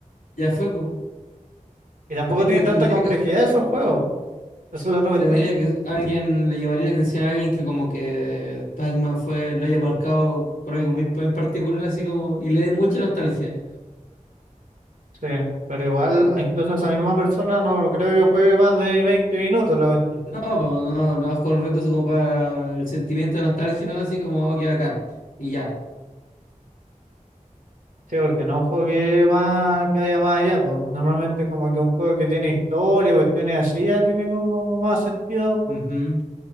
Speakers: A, on the left (about 85°); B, on the right (about 80°).
A: Ya fue, pues.
B: y tampoco
A: Es
B: tienen
A: que tendría
B: tanta complejidad
A: que,
B: esos juegos, eso es la otra cuestión.
A: tendría que, alguien le llamaría la atención a alguien que como que Pac-Man fue, lo haya marcado por algo muy pa- en particular, así como, y le dé mucha nostalgia.
B: Sí, pero igual, incluso esa misma persona no creo que juegue más de 20 minutos la cuestión.
A: No, pues no, lo vas a jugar un rato así como para el sentimiento de nostalgia, ¿no? Así como, oh, qué bacán. Y ya.
B: Sí, porque no es un juego que, más, que vaya más allá, pues normalmente como que un juego que tiene historia, cuestiones así, ya tiene como más sentido
A: Ujú.